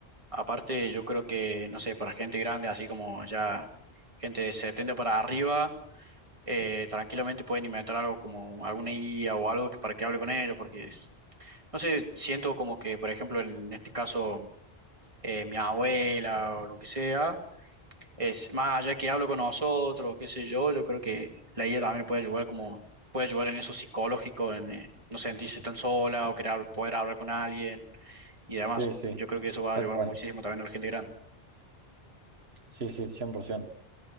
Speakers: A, on the right (about 30°); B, on the right (about 80°).
A: Aparte, yo creo que, no sé, para gente grande, así como ya gente de 70 para arriba, eh, tranquilamente pueden inventar algo como alguna guía o algo que- para que hable con ellos, porque, es- no sé, siento como que, por ejemplo, en este caso, eh, mi abuela o lo que sea, es más allá que hablo con nosotros, qué sé yo, yo creo que la guía también puede ayudar como, puede ayudar en eso psicológico, en eh, no sentirse tan sola o querer, hab- poder hablar con alguien y además,
B: Sí, sí,
A: yo creo que eso va
B: tal
A: a ayudar
B: cual.
A: muchísimo también a la gente grande.
B: Sí, sí, 100%.